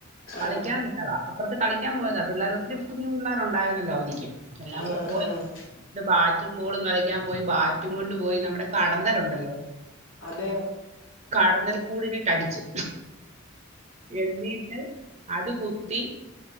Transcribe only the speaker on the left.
ആഹ്
ആഹ്
ആഹ്
അതെ